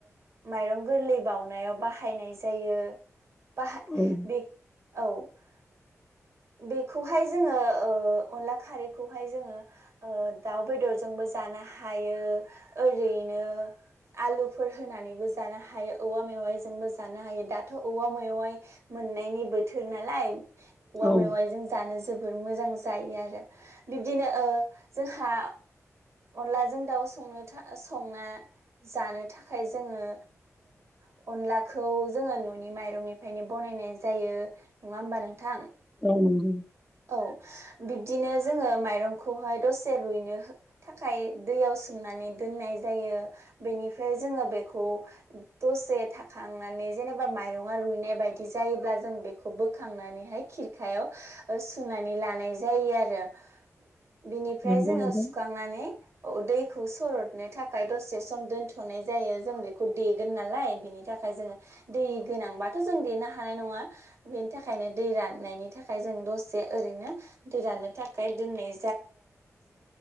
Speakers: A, on the right; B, in the centre.
A: मायरं ओ गोरलै बाव बनायाव बाहायनाय जायो‌ बाहा
B: औ
A: बेखो औ <inaudible> बेखौहाय जोङो ओ‌ अनला खारैखौहाय जोङो ओ दाउ बेदरजोंबो जानो हायो‌ओरैनो आलुफोर होनानैबो जानो‌ हायो औवा मेवा मेवाइ जोंबो जानो हायो दाथ' औवा मेवाइ मोननायनि बोथोर नालाय औवा
B: औ
A: मेवाइजों जानो जोबोर मोजां जा जायो आरो बिब्दिनो ओ जोंहा अनलाजों दाउ संनोथा संनो जानो थाखाय जोङो ओ अनलाखौ जोङो न'नि माइरंनिफ्रायनो बानायनाय जायो नङा होमबा नोंथां।
B: औ नगौ।
A: औ बिब्दिनो जोङो माइरंखौहाय दसे रुइनो थाखाय दैयाव सोमनानै दोननाय जायो बेनिफ्राय जोङो बेखौ दसे थाखांनानै जेनेबा माइरङा रुइनाय बायदि जायोब्ला जों बेखौ बोखांनानैहाय खिरखायाव सुनानै ओ लानाय जायो आरो बिनिफ्राय
B: नंगौ
A: जोङो
B: नोंथां
A: सुखांनानै ओ दैखौ सरदनो थाखाय दसे सम दोनथ'नाय जायो जों बेखौ देगोन नालाय बिनि थाखाय जोङो दै गोनांबाथ' जों देनो हानाय नङा बेनि थाखायनो दै राननायनि थाखाय जों दसे ओरैनो दै राननो थाखाय दोननाय